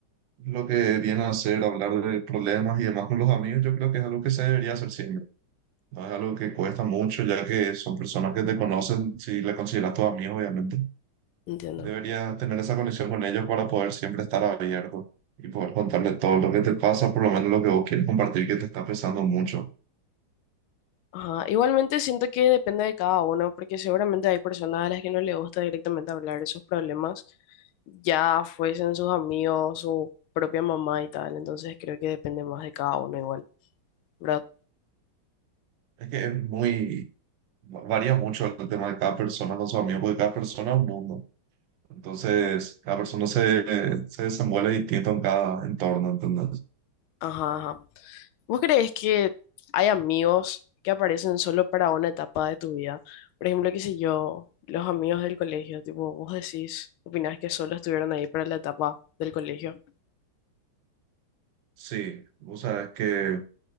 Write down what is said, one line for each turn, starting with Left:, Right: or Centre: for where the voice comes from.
Right: Lo que viene a hacer, hablar de problemas y demás con los amigos, yo creo que es algo que se debería hacer siempre. No es algo que cuesta mucho, ya que son personas que te conocen, si le consideras tu amigo, obviamente.
Left: Entiendo.
Right: Deberías tener esa conexión con ellos para poder siempre estar abierto y poder contarle todo lo que te pasa, por lo menos lo que vos quieres compartir, que te está pesando mucho.
Left: Ajá, Igualmente siento que depende de cada uno, porque seguramente hay personas a las que no le gusta directamente hablar de sus problemas, ya fuesen sus amigos, su propia mamá y tal, entonces creo que depende más de cada uno igual, ¿verdad?
Right: Es que es muy, varía mucho el tema de cada persona con su amigo, porque cada persona es un mundo. Entonces, cada persona se, se desenvuelve distinto en cada entorno, ¿entendés?
Left: Ajá, ajá. ¿Vos crees que hay amigos que aparecen solo para una etapa de tu vida? Por ejemplo, qué sé yo, los amigos del colegio, tipo, vos decís, opinás que solo estuvieron ahí para la etapa del colegio.
Right: Sí, o sea, es que